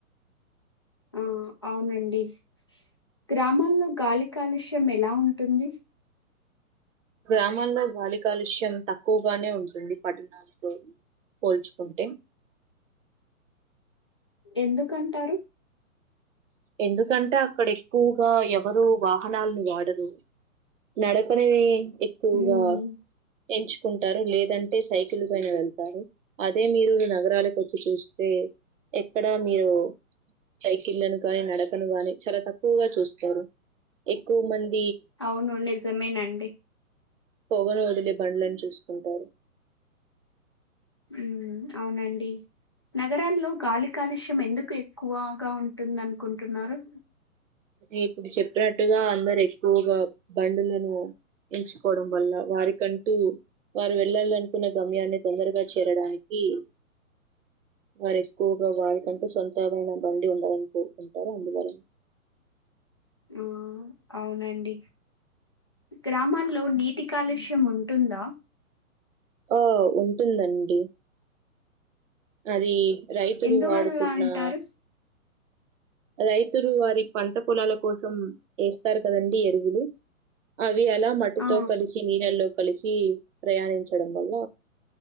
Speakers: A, on the left; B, on the right.
A: ఆ అవునండి గ్రామాల్లో గాలి కాలుష్యం ఎలా ఉంటుంది
B: గ్రామాల్లో గాలి కాలుష్యం తక్కువగానే ఉంటుంది పట్టణాలతో పోల్చు కుంటే
A: ఎందుకంటారు
B: ఎందుకంటే అక్కడ ఎక్కువగా ఎవరు వాహనాలను వాడరు నడపనివి ఎక్కువగా
A: ఉమ్,
B: ఎంచుకుంటారు లేదంటే సైకిల్ పైన వెళ్తారు అదే మీరు నగరాలకు వచ్చి చూస్తే ఎక్కడా మీరు సైక్ కిల్లను కాని నడకను గాని చాలా తక్కువగా చూస్తారు ఎక్కువ మంది
A: అవును నిజమేనండి
B: పొగను వదిలే బండ్లను చూసుకుంటారు
A: ఉమ్ అవునండి నగరాల్లో గాలి కాలుష్యం ఎందుకు ఎక్కువగా ఉంటుందనుకుంటున్నారు
B: మీకు ఇప్పుడు చెప్పినట్టుగా అందరు ఎక్కువగా బండులను ఎంచుకోవడం వల్ల వారికంటూ వారు వెళ్ళాలనుకున్న గమ్యాన్ని తొందరగా చేరడానికి వారు ఎక్కువగా వారి కంటు సొంత ఏదైనన బండి ఉండాలని కోరుకుంటారు అందువలన
A: ఆ అవునండి గ్రామాల్లో నీటి కాలుష్యం ఉంటుందా
B: ఆ ఉంటుందండి అది రైతులు
A: ఎందువల్ల
B: వాడుకున్నా
A: అంటారు?
B: రైతులు వారి పంట పొలాల కోసం ఏస్తారు కదండి ఎరువులు అ అవి ఎలా మట్టితో
A: ఆ
B: కలిసి నీళ్ళల్లో కలిసి ప్రయాణించడం వల్ల